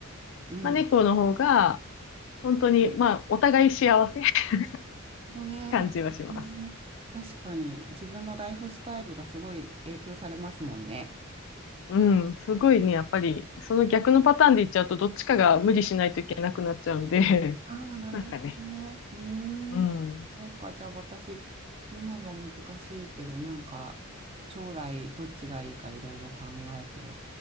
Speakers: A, on the right (about 25°); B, on the left (about 60°).
A: うん。
B: まあ、猫の方が、本当に、まあ、お互い幸せ <laughs>
A: ほどね、
B: 感じはします。
A: なるほどね。確かに自分のライフスタイルがすごい影響されますもんね。
B: うん、すごいね、やっぱり、その逆のパターンでいっちゃうと、どっちかが無理しないといけなくなっちゃうんで、
A: ああ、
B: <laughs>
A: なるほどね。
B: なんかね、
A: うーん、
B: うん、うん、
A: そうか。じゃあ私、今は難しいけど、なんか将来どっちがいいかいろいろ考えて、